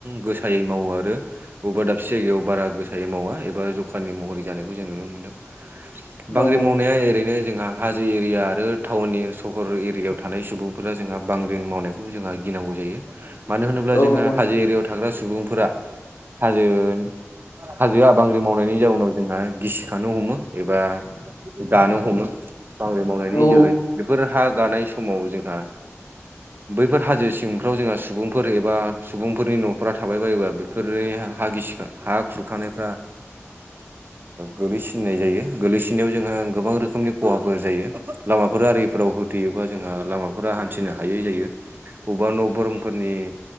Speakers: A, on the right; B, on the left.
A: गोसायै मावो आरो बबेबा दाबसे जायगायाव बारा गोसायै मावा एबा जखाननि महरै जानायखौ जों नुनो मोनदों। बांग्रि
B: औ
A: मावनाया ओरैनो जोंहा हाजो एरिया आरो टाउन ए सहर एरियायाव थानाय सुबुंफोरा जोंहा बांग्रिं मावनायखौ जोंहा गिनांगौ जायो। मानो होनोब्ला
B: औ औ
A: जोंहा
B: नंगौ नंगौ
A: हाजो एरियायाव थाग्रा सुबुंफोरा हाजोनि हाजो आ बांग्रि मावनायनि जाउनाव जोंहा गिसिखानो हमो एबा गानो हमो बांग्रिं मावनायनि
B: औ
A: जोहै बेफोर हा गानाय समाव जोंहा बैफोर हाजो सिंफ्राव जोंहा सुबुंफोर एबा सुबुंफोरनि न'फोरा थाबाय बायोबा बेफोरनि हा गिसिखा हा खुरखानायफ्रा गोलैसिननाय जायो गोलैसिननायाव जोंहा गोबां रोखोमनि खहाफोर जायो लामाफोर आरि राव होथेयोबा जोंहा लामाफोरा हान्थिनो हायै जायो बबेबा न' बोरमफोरनि